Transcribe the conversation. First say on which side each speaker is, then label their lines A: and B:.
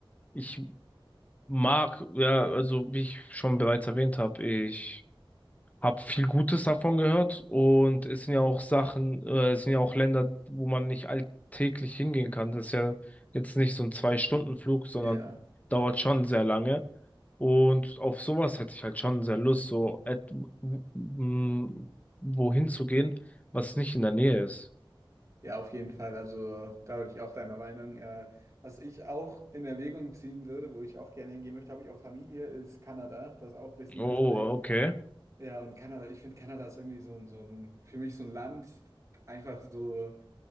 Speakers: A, on the left; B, on the right.
A: ich mag, ja, also wie ich schon bereits erwähnt habe, ich Hab viel Gutes davon gehört und es sind ja auch Sachen, äh, es sind ja auch Länder, wo man nicht alltäglich hingehen kann. Das ist ja jetzt nicht so ein Zwei-Stunden-Flug, sondern
B: Ja,
A: dauert schon sehr lange. Und auf sowas hätte ich halt schon sehr Lust, so et- w- m, wohin zu gehen, was nicht in der Nähe ist.
B: ja, auf jeden Fall. Also da bin ich auch deiner Meinung. Äh, was ich auch in Erwägung ziehen würde, wo ich auch gerne hingehen möchte, habe ich auch Familie, ist Kanada. Das ist auch ein bisschen
A: Oh,
B: weiter weg.
A: okay.
B: Ja, und Kanada, ich finde Kanada ist irgendwie so ein, so ein, für mich so ein Land, einfach so.